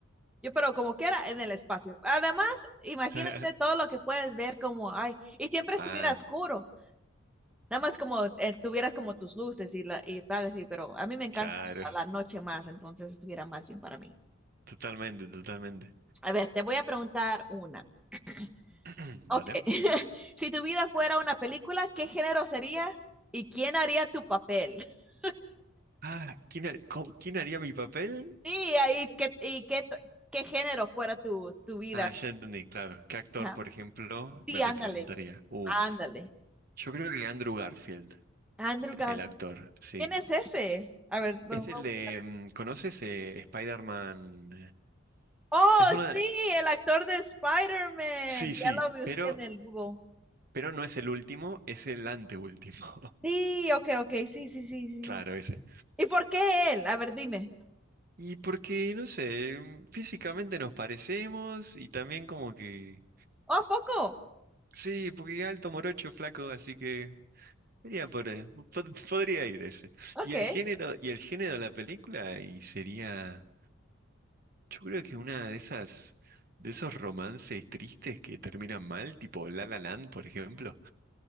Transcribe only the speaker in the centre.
Yo, pero como quiera, en el espacio. Además, imagínate
todo lo que puedes ver como, ay, y siempre
estuviera oscuro. Nada más como eh, tuvieras como tus luces y, la, y tal, y pero a mí me encanta
la, la noche más, entonces estuviera más bien para mí.
A ver, te voy a preguntar una. <clears throat>
Ok,
<laughs> si tu vida fuera una película, ¿qué género sería y quién haría tu papel? <laughs>
Sí, ahí, ¿qué, y qué, t- qué género fuera tu, tu vida?
Ajá.
Sí,
ándale,
ándale.
Andrew Garfield.
¿Quién es ese? A ver, bu-
bu-
oh,
sí, el actor de Spider-Man.
Ya lo busqué
en el Google.
Sí, ok, ok, sí, sí, sí, sí.
¿Y por qué él? A ver, dime.
¿Oh, poco?
Ok.